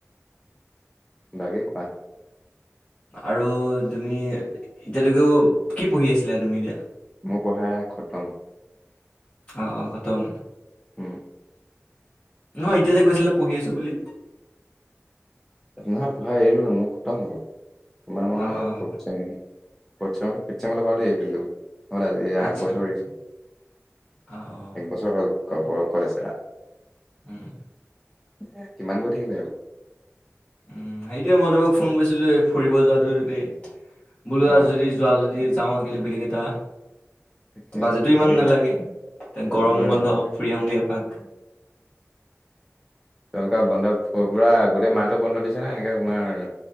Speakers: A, in the centre; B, on the left.
A: বাকী, কোৱা।
B: আৰু তুমি, এতিয়াটোকেও কি পঢ়ি আছিলা তুমি এতিয়া?
A: মোৰ পঢ়া খতম।
B: অ', অ', খতম।
A: উম,
B: নহয়, এতিয়া যে কৈছিলা পঢ়ি আছো বুলি
A: নহয়, পঢ়া এৰিলোঁ ন, মোৰ খটম হৈ গল, তোমাৰ মই
B: অ', অ',
A: fourth sem fourth sem, fort ছেমলেই পাওঁতেই এৰি দিলোঁ হ'ল আজি, ইয়াৰ
B: আচ্ছা
A: আগবছৰ
B: অ',
A: এৰিছো,
B: অ',
A: একবছৰ হ'ল। ক'ব কলেজ এৰা
B: উম।
A: এই কিমান গৈ থাকিবা এইবোৰ।
B: উম, সেইটোৱেই, মই তোমাক ফোন কৰিছিলো, এই ফুৰিব যোৱাটোতেই। বোলো
A: অ',
B: যদি যোৱা যদি যাওঁ, একেলগে গোটেইকেইটা।
A: তাকে
B: বাজেটো ইমান
A: পাৰি
B: নালাগে, তে
A: বাজেট
B: গৰম
A: বোৰে
B: বন্ধ
A: নালাগে।
B: ফু্ৰি আহোঁগে এপাক।
A: তেওঁলোকে বন্ধ পুৰা গোটেই মাহটো বন্ধ দিছে নে? এনেকে তোমাৰ